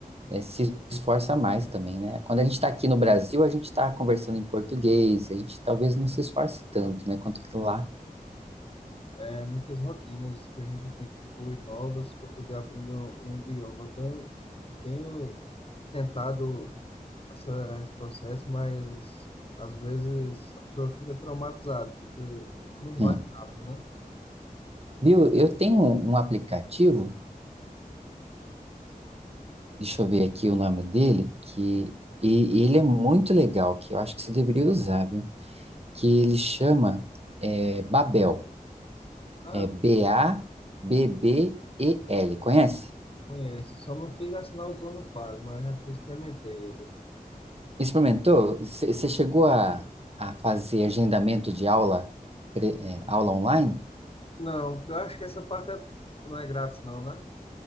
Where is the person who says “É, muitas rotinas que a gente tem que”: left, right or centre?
Left